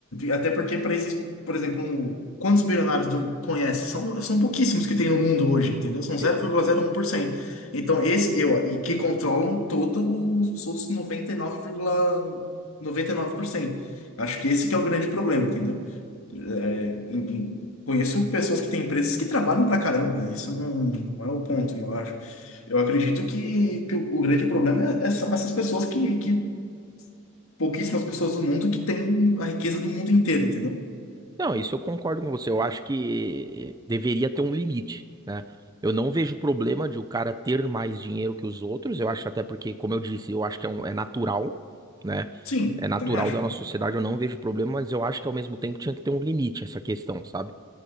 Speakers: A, on the left; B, on the right.
A: Até porque para esses por exemplo, um- quantos bilionários do, conhece? São, são pouquíssimos que tem no mundo hoje, entendeu? São zero
B: Sim.
A: zero vírgula zero um por cento Então, esse eu e que controlam todos os outros noventa noventa e e nove nove vírgula noventa e nove por cento Acho que esse que é o grande problema, entendeu? É, em- em- conheço pessoas que têm empresas que trabalham pra caramba, isso não, não é o ponto, eu acho. Eu acredito que, que o, o grande problema é, é- são essas pessoas que, que, pouquíssimas pessoas do mundo que têm a riqueza do mundo inteiro, entendeu?
B: não, isso eu concordo com você. Eu acho que deveria ter um limite, né? Eu não vejo problema de o cara ter mais dinheiro que os outros. Eu acho até porque, como eu disse, eu acho que é, um- é natural, né?
A: Sim,
B: é natural
A: também acho.
B: da nossa sociedade, eu não vejo problema, mas eu acho que ao mesmo tempo tinha que ter um limite essa questão, sabe?